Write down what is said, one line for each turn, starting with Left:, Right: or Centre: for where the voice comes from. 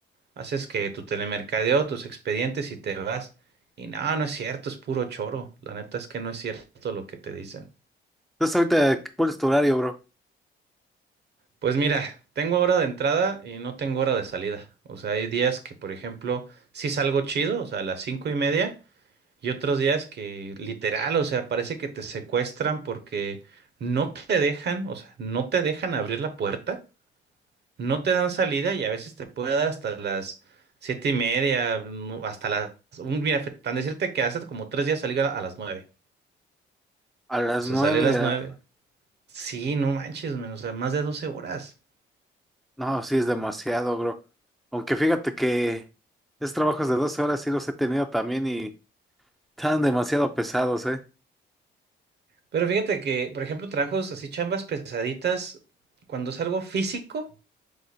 Right: Haces que tu telemercadeo, tus expedientes y te vas. Y no, no es cierto, es puro choro. La neta es que no es cierto lo que te dicen.
Centre: Entonces ahorita, ¿cuál es tu horario, bro?
Right: Pues mira, tengo hora de entrada y no tengo hora de salida. O sea, hay días que, por ejemplo, sí salgo chido, o sea, a las cinco y media. Y otros días que literal, o sea, parece que te secuestran porque no te dejan, o sea, no te dejan abrir la puerta, no te dan salida y a veces te puede dar hasta las siete y media, no, hasta las... un- mira, fe- tan decirte que hace como tres días salí a, a las nueve.
Centre: A las
Right: O sea,
Centre: nueve
Right: salí a las
Centre: de la...
Right: nueve. Sí, no manches, menos, o sea, más de doce horas.
Centre: No, sí es demasiado, bro. Aunque fíjate que esos trabajos de 12 horas sí los he tenido también y están demasiado pesados, ¿eh?
Right: Pero fíjate que, por ejemplo, trabajos así, chambas pesaditas, cuando es algo físico.